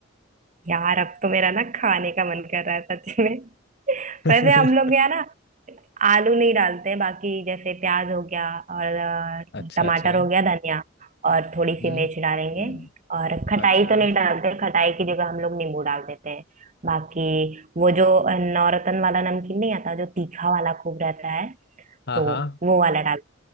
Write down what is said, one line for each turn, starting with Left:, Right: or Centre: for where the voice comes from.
Right: यार अब तो मेरा ना खाने का मन कर रहा है सच में
Left: <laughs>
Right: वैसे हम लोग यहाँ ना आलू नहीं डालते बाकी जैसे प्याज हो गया और अ,
Left: अच्छा
Right: टमाटर
Left: अच्छा
Right: हो गया धनिया और थोड़ी सी
Left: हम्म
Right: मिर्च डालेंगे
Left: हम्म।
Right: और खटाई
Left: अच्छा
Right: तो नहीं डालते खटाई की जगह हम लोग नींबू डाल देते हैं बाकी वो जो नौरतन वाला नमकीन नहीं आता जो तीखा वाला खूब रहता है
Left: हाँ
Right: तो
Left: हाँ
Right: वो वाला डाल